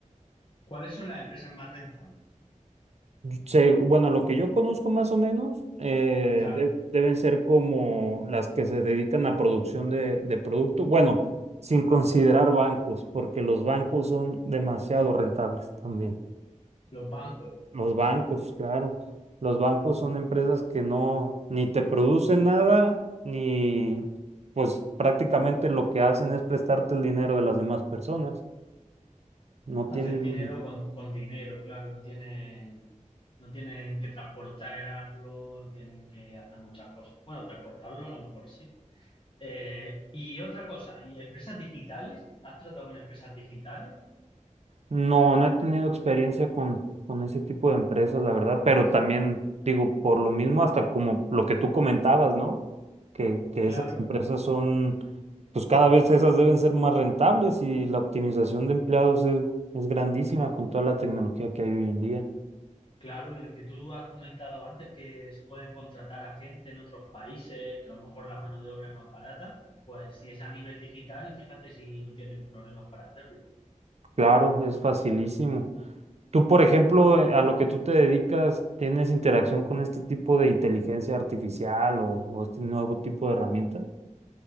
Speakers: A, on the left; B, on the right.
A: ¿Cuáles son las empresas más rentables?
B: Se- bueno, lo que yo conozco más o menos eh,
A: Claro,
B: de- deben ser como las que se dedican a producción de, de producto. Bueno, sin considerar bancos, porque los bancos son demasiado rentables también.
A: los bancos,
B: Los bancos,
A: claro.
B: claro. Los bancos son empresas que no, ni te producen nada, ni pues prácticamente lo que hacen es prestarte el dinero de las demás personas. No tienen
A: Hacen dinero con, con dinero, claro, no tienen, no tienen que transportarlo, no tienen que hacer muchas cosas. Bueno, transportarlo a lo mejor sí. Eh, y otra cosa, ¿y empresas digitales? ¿Has tratado con empresas digitales?
B: No, no he tenido experiencia con, con ese tipo de empresas, la verdad, pero también digo, por lo mismo, hasta como lo que tú comentabas, ¿no? Que, que
A: Claro,
B: esas empresas son, pues cada vez esas deben ser más rentables y la optimización de empleados es, es grandísima con toda la tecnología que hay hoy en día.
A: claro. Y lo que tú has comentado antes, que se pueden contratar a gente en otros países, que a lo mejor la mano de obra es más barata, pues si es a nivel digital, fíjate si no tienen problemas para hacerlo.
B: Claro, es facilísimo. Tú, por ejemplo, eh, a lo que tú te dedicas, ¿tienes interacción con este tipo de inteligencia artificial o, o este nuevo tipo de herramienta?